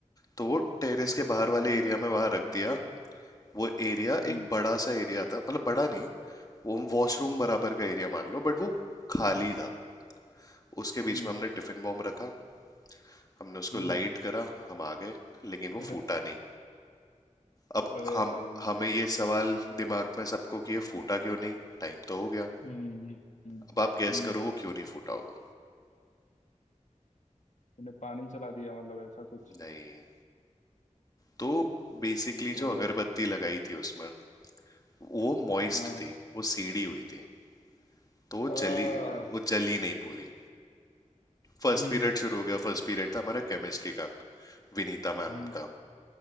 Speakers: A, on the left; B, on the left.
A: तो वो टेरेस
B: अच्छा
A: के
B: अच्छा
A: बाहर
B: तुम
A: वाले एरिया
B: लेके
A: में वहां
B: चल रहे
A: रख
B: थे उसको
A: दिया वो एरिया
B: हम्म
A: एक बड़ा सा एरिया था मतलब बड़ा नहीं वो वॉशरूम बराबर का एरिया मान लो बट वो खाली था उसके बीच
B: हम्म
A: में हमने टिफिन बॉम्ब रखा हमने उसको
B: हम्म
A: लाइट करा हम आ गए लेकिन वो
B: <laughs>
A: फूटा नहीं अब
B: अरे
A: हम
B: भाई
A: हमें ये सवाल दिमाग में सबको कि ये फूटा क्यों नहीं टाइम तो हो गया
B: हम्म हम्म हम्म
A: अब आप गैस
B: हम्म।
A: करो वो क्यों नहीं फूटा होगा
B: मैंने पानी चला दिया मतलब ऐसा कुछ
A: नहीं तो बेसिकली
B: तो
A: जो
B: मतलब
A: अगरबत्ती लगाई थी उसमें वो मॉइस्ट
B: हाँ
A: थी वो सीडी हुई थी तो वो
B: आ
A: जली वो जली नहीं पूरी फर्स्ट
B: हम्म
A: पीरियड शुरू हो गया फर्स्ट पीरियड था हमारा केमिस्ट्री का विनीता मैम
B: हम्म
A: का